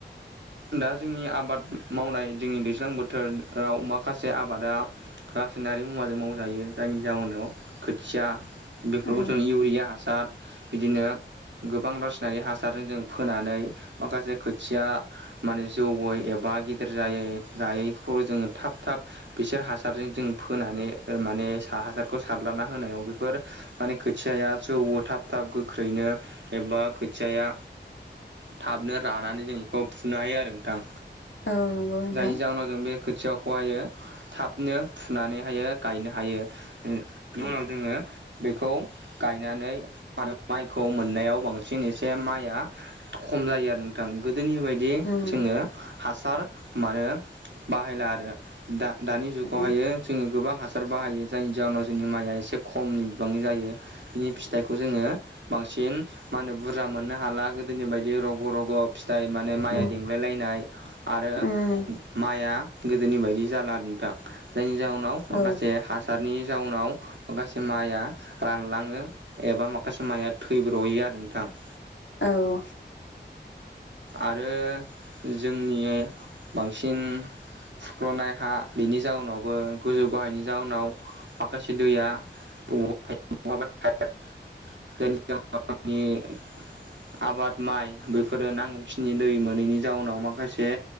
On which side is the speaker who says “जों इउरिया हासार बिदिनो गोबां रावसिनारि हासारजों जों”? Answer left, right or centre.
Right